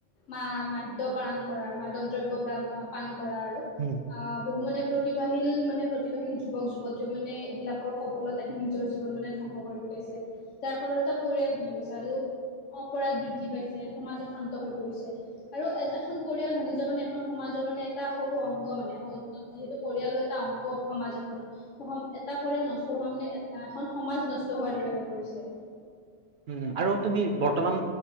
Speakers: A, on the left (about 80°); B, on the right (about 60°).
A: মা মাদ্য পান কৰা মাদক দ্ৰব্য পান কৰা আৰু সেইটো।
B: উম।
A: আহ বহু মানে প্ৰতিভাশীল মানে প্ৰতিভাশীল যুৱক যুৱতী মানে এইবিলাকৰ কবলত আহি নিজৰ জীৱন মানে ধ্বংস কৰি পলাইছে যাৰ ফলত এটা পৰিয়াল ভাঙি গৈছে। আৰু অপৰাধ বৃদ্ধি পাইছে সমাজ অশান্ত হৈ পৰিছে। আৰু এখন পৰিয়াল ভাঙি যোৱা মানে এখন সমাজৰ মানে এটা সৰু অংগ মানে যিহেতু পৰিয়ালৰ এটা অংগ সমাজ এখনৰ এটা পৰিয়াল নষ্ট হোৱা মানে এখন সমাজ নষ্ট হোৱাৰ দৰে হৈ পৰিছে।
B: উম আৰু তুমি বৰ্তমান